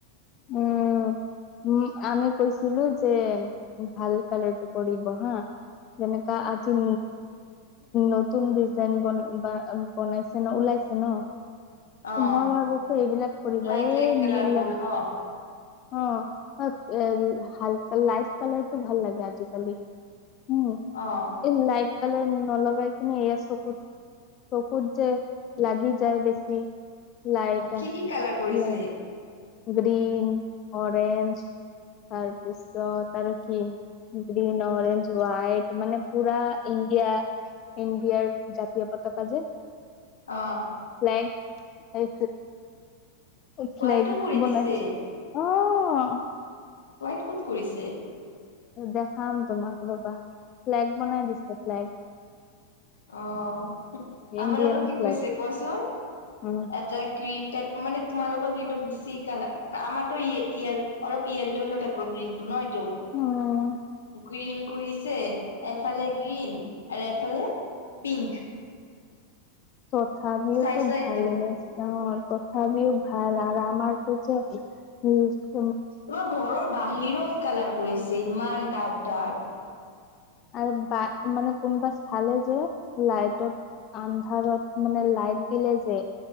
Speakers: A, on the left; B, on the left.
A: উম, উম, আমি কৈছিলো যে ভাল কালাৰটো কৰিবিব হা যেনেকা আজি নতুন ডিজাইনন বনাইছে ন ওলাই ন
B: অ
A: মই ভাবিছো এইবিলাক কৰিব
B: লাইট
A: এই
B: লাইট কালাৰ
A: নিলা
B: বোৰ ন
A: <inaudible> অ, তাত হাল লাইট কালাৰটো ভাল লাগে আজিকালি। উম,
B: অ
A: এই লাইট কলাৰ ন নলগাই কিনে এইয়াৰ চকুত-চকুত যে লাগি যায় বেছি। লাইট আহ
B: কি কি কালাৰ কৰিছে
A: ল গ্ৰীন অৰেঞ্জ তাৰপিছত তাৰ কি? গ্ৰীন অৰেঞ্জ ৱাইট মানে পুৰা ইণ্ডিয়া ইণ্ডিয়াৰ জাতীয় পতাক যে
B: অ',
A: ফ এই ফ্লেগ
B: হোৱাইটো কৰি
A: বনাই
B: দিছে
A: অ, অ'।
B: হোৱাইট ক'ত কৰিছে?
A: দেখাম তোমাক ৰ'বা ফ্লেগ বনাই দিছে, ফ্লেগ।
B: অ', আমাৰ
A: ইণ্ডিয়ান
B: লগত কি
A: ফ্লেগ
B: কৰিছে কোৱাচোন,
A: উম
B: এটা গ্ৰীণ টাইপ মানে তোমালোকৰ গ্ৰীণটো বেছি কালাৰ আমাৰটো ইয়-ইয় অলপ ইয়াল' টাইপৰ গ্ৰীণটো ন'। টো
A: উম
B: গ্ৰীণ কৰিছে এফালে গ্ৰীণ আৰু এফালে পিংক।
A: তথাপিওটো
B: চাই চাইটো
A: ভালে আছে, অ'। তথাপিও ভাল আৰু আমাৰটো যে, উম।
B: তোমাৰ ঘৰৰ বাহিৰত কালাৰ পৰিছে ইমান ডাঠ, ডাঠ।
A: আৰু বা মানে কোনোবা চালে যে লাইটত আন্ধাৰত মানে লাইট দিলে যে।